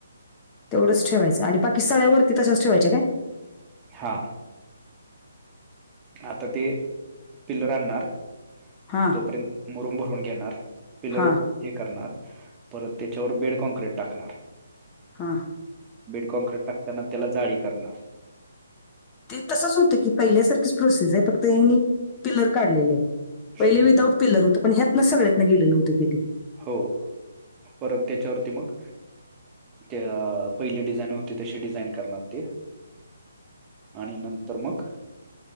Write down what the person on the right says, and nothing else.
हा. आता ते पिल्लर आणणार.
तोपर्यंत मुरूम भरून घेणार पिलर
हे करणार परत त्याच्यावर बेड कॉनक्रीट टाकणार.
बेड काँक्रीट टाकताना त्याला जाळी करणार.
हम्म
हो. परत त्याच्यावरती मग त्या, पहिली डिझाईन होती. तशी डिझाईन करणार ते. आणि नंतर मग